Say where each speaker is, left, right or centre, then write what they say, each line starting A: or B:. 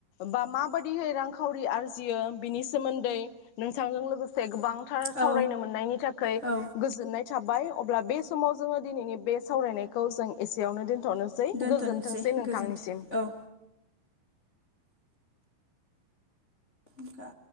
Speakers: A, on the left; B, on the left.
A: बा माबायदिहै रांखावरि आरजियो बिनि सोमोन्दै नोंथांजों लोगोसे गोबां थार
B: औ
A: सावरायनो मोननायनि थाखाय
B: औ
A: गोजोननाय थाबाय अब्ला बे समाव जोङो दिनैनि बे सावरायनायखौ जों एसेयावनो दोन थनोसै
B: दोनथ'नोसै
A: गोजोनथोंसै नोंथांनिसिम।
B: गोजोन्थों अखा